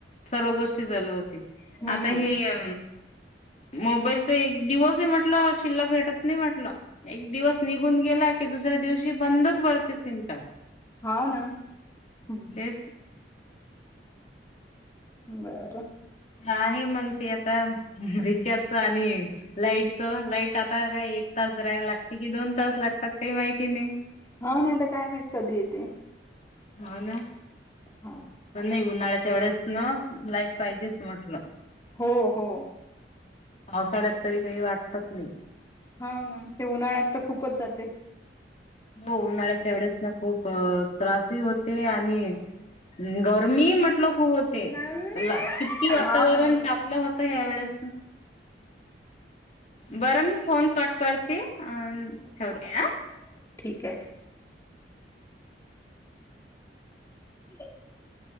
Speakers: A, on the left; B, on the left.
A: सर्व गोष्टी चालू होतात.
B: हम्म
A: आता हे मोबाईलचा एक दिवस आहे म्हटलं शिल्लक घटत नाही म्हटलं एक दिवस निघून गेला की दुसऱ्या दिवशी बंदच पडते सिम कार्ड.
B: हाव ना हं.
A: तेच.
B: बरं.
A: आहे मग ते आता रिचार्जच आणि लाईटच लाईट आता काय तास रहायला लागते की दोन तास लागतात काही माहिती नाही.
B: हा नाहीता काय माहीत कधी येते.
A: हो ना
B: हा
A: पण नाही होत उन्हाळ्याच्यावळेस ना लाईट पाहिजेच म्हटलं.
B: हो हो
A: पावसाळ्यात तरी काही वाटतच नाही.
B: हा ना ते उन्हाळ्यात तर खूपच जाते.
A: हो उन्हाळ्यात वळेस ना खूप त्रासही होते आणि गर्मी म्हटलो. होते
B: मम्मा
A: किती वातावरण
B: हाव ना
A: तापलं होतं यावेळेस बरं मी फोन कट करत हे. अन ठेवते हा.
B: ओके. <unintelligible>